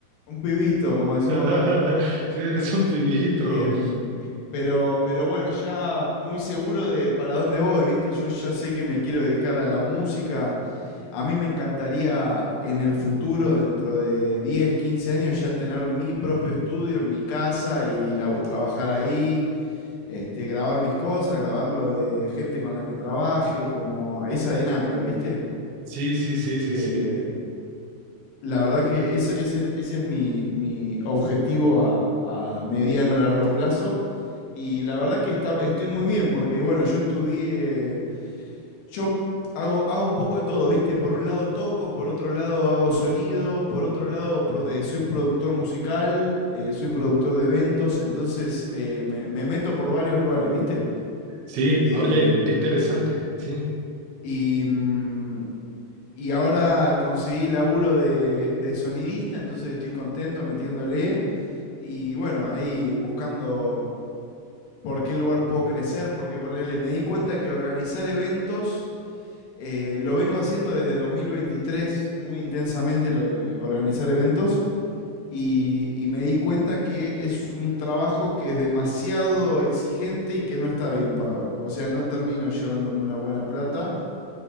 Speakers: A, on the left (about 75°); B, on the right (about 70°).
A: Un pibito, como decimos
B: <laughs>
A: acá.
B: Sí, eres un pibito.
A: Este, mm, pero, pero bueno, ya muy seguro de para dónde voy, ¿viste? Yo ya sé que me quiero dedicar a la música A mí me encantaría en el futuro, dentro de 10, 15 años, ya tener mi propio estudio en mi casa y la- trabajar ahí, este, grabar mis cosas, grabar lo de gente con la que trabaje, como esa dinámica, ¿viste?
B: Sí, sí, sí, sí,
A: Eh,
B: sí.
A: la verdad que eso- ese, ese es mi, mi objetivo a, a mediano largo plazo. Y la verdad que está, estoy muy bien, porque bueno, yo estudié yo hago, hago un poco de todo, ¿viste? Por un lado toco, por otro lado hago sonido, por otro lado pro- eh, soy productor musical, eh, soy productor de eventos, entonces eh, me, me meto por varios lugares, ¿viste?
B: Sí,
A: Eh,
B: oye, qué interesante. Sí.
A: y, mm, y ahora conseguí laburo de, de sonidista, entonces estoy contento metiéndole y bueno, ahí buscando por qué lugar puedo crecer, porque ponele, me di cuenta que organizar eventos Eh, lo vengo haciendo desde 2023 muy intensamente lo de organizar eventos y, y me di cuenta que es un trabajo que es demasiado exigente y que no está bien pago. O sea, no termino llevándome una buena plata